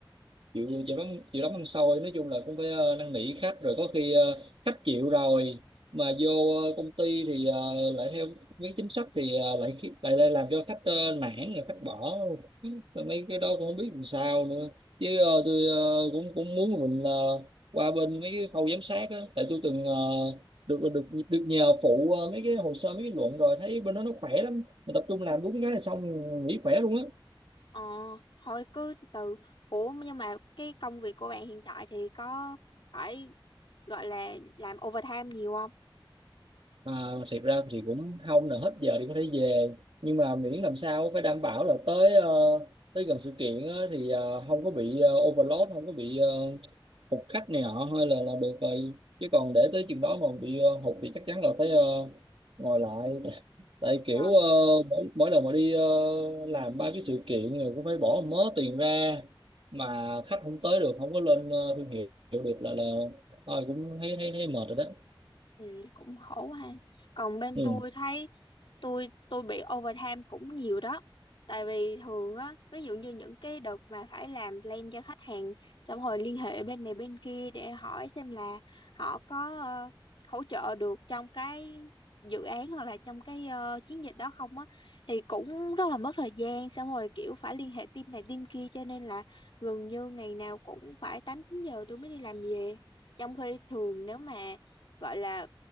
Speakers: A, on the right; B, on the left.
A: chịu chịu lắm chịu lắm ăn xôi nói chung là cũng phải ờ, năn nỉ khách rồi có khi ờ, khách chịu rồi mà vô ờ, công ty thì ờ, lại theo mấy chính sách thì ờ, lại khi- lại lại làm cho khách ờ, nản rồi khách bỏ Rồi mấy cái đó cũng không biết làm sao nữa chứ ờ, tôi ờ, cũng cũng muốn mình ờ, qua bên mấy cái khâu giám sát á tại tôi từng ờ, được được được nhờ phụ ờ, mấy cái hồ sơ mấy cái luận rồi thấy bên đó nó khỏe lắm mình tập trung làm đúng cái là xong nghỉ khỏe luôn á
B: Ờ, thôi cứ từ từ. Ủa nhưng mà cái công việc của bạn hiện tại thì có phải gọi là làm overtime nhiều không?
A: À, thiệt ra thì cũng không là hết giờ thì có thể về nhưng mà miễn làm sao phải đảm bảo là tới ờ, tới gần sự kiện á, thì ờ, không có bị ờ, overload không có bị uh, hụt khách này nọ hay là là được rồi chứ còn để tới chừng đó mà bị ờ, hụt thì chắc chắn là phải ờ, ngồi lại tại kiểu
B: Trời
A: ờ, mỗi, mỗi lần mà đi ờ, làm ba cái sự kiện rồi cũng phải bỏ mớ tiền ra mà khách không tới được không có lên ờ, thương hiệu được là là thôi cũng thấy thấy thấy mệt rồi đó
B: Ừ, cũng khổ quá ha. Còn bên
A: ừ.
B: tôi thấy tôi tôi bị overtime cũng nhiều đó. Tại vì thường á, ví dụ như những cái đợt mà phải làm plan cho khách hàng xong rồi liên hệ bên này bên kia để hỏi xem là họ có ờ, hỗ trợ được trong cái dự án hoặc là trong cái ờ, chiến dịch đó không á thì cũng rất là mất thời gian xong rồi kiểu phải liên hệ team này team kia cho nên là gần như ngày nào cũng phải 8 9 giờ tôi mới đi làm về. Trong khi thường nếu mà gọi là